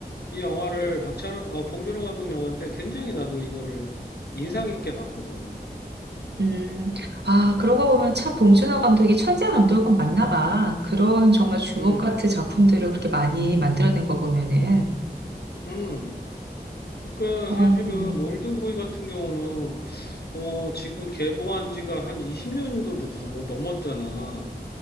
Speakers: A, on the left; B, on the right.
A: 이 영화를 박찬호, 어, 봉준호 감독 영화인데 굉장히 나도 이거를 인상 깊게 봤거든.
B: 음, 아, 그러고 보면 참 봉준호 감독이 천재 감독은 맞나 봐. 그런 정말 주옥
A: 음,
B: 같은 작품들을 그렇게 많이 만들어낸 거 보면은.
A: 음. 그러니까
B: 어,
A: 사실은
B: 음,
A: 올드보이 같은 경우는 어, 지금 개봉한 지가 한 20년도도 더 뭐- 넘었잖아.